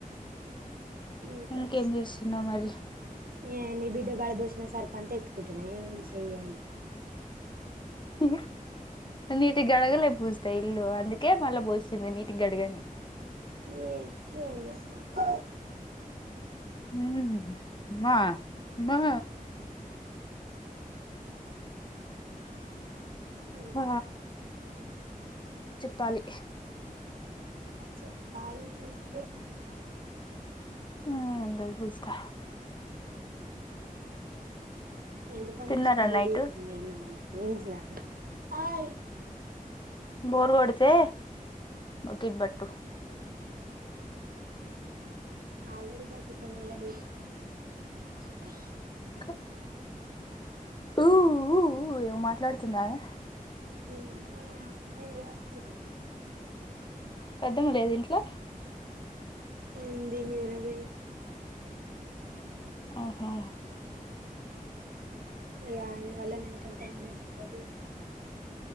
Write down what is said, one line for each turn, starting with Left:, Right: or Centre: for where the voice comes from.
Right: ఇంక
Left: ఇంకేం
Right: అరుస్తా
Left: చేస్తున్నావు మరి
Right: ఏ నీ బిడ్డ బడబోసిన సర్ఫంతా ఎత్తుకుంటున్నా ఏం ఉంది చెయ్యయి
Left: ఇ నీటుగ గడగలే పూజిత ఇల్లు అందుకే మళ్ళా పోసింది నీటుగ గడుగు అని
Right: ఎం ఎం జెస్తా
Left: ఉహు మా మా
Right: ఇంకా
Left: ప చెప్పాలి
Right: చెప్పాలి నువ్వే
Left: ఏంలేదు పూజ్తా
Right: ఎంత పని
Left: తిన్నారా
Right: చేసినా బురూరికె
Left: నైట్
Right: నిన్న మన ఎంట్లా ఓయ్
Left: బోర్ గొడితే బకిట్ బట్టు
Right: ఆల్రడి బకిట్ <unintelligible> పప్పి
Left: ఖ ఊఊఊ ఏవో మాట్లాడుతుందమే
Right: మ్యావ్ మాయావ్ తురే
Left: పెద్దమ్మ లేదు ఇంట్లో
Right: ఉంది నిద్ర పోయింది
Left: ఆహ
Right: ఇగ ఆయన వల్ల నైట్ అంతా నిద్ర ఉండదిగ